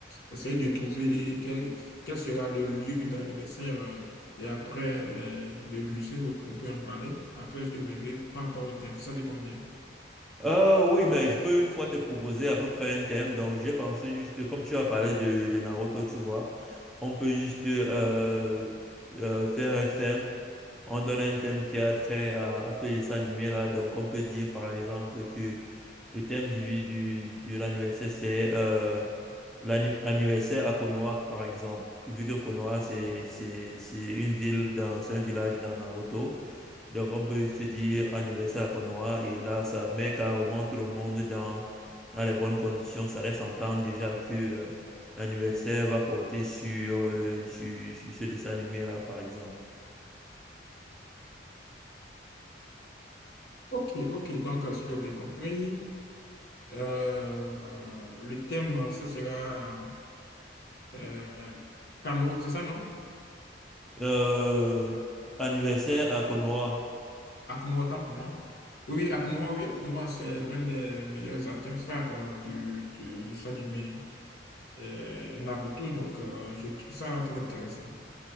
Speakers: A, on the left (about 55°); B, in the centre.
A: essayer de trouver quel, quel sera le lieu d'anniversaire euh, et après euh, le budget, ou autre, on peut en parler. Après, je te reviendrai par rapport au thème, si ça te convient.
B: Euh, oui, mais je peux une fois te proposer à peu près un thème. Donc, j'ai pensé juste, comme tu as parlé de, de Naruto, tu vois, on peut juste euh, euh, faire simple. On donne un thème qui a trait à, à ce dessin animé là. Donc, on peut dire par exemple que le thème du, du, de l'anniversaire, c'est euh, l'anniversaire à Konoha, par exemple. Vu que Konoha, c'est, c'est, c'est une ville dans, c'est un village dans Naruto. Donc, on peut juste dire anniversaire à Konoha et là, ça met carrément tout le monde dans, dans les bonnes conditions. Ça laisse entendre déjà que euh, l'anniversaire va porter sur, euh, sur, sur ce dessin animé-là, par exemple.
A: Ok, ok, donc euh, si j'ai bien compris. Euh, le thème, ce sera euh, Cano, c'est ça, non?
B: Euh, anniversaire à Konoha.
A: Akno autant pour moi. Oui, oui, Akinoa, oui, Akno c'est l'un des meilleurs acteurs phares euh, du, du, du show animé euh, Naruto, donc euh, je trouve ça très intéressant.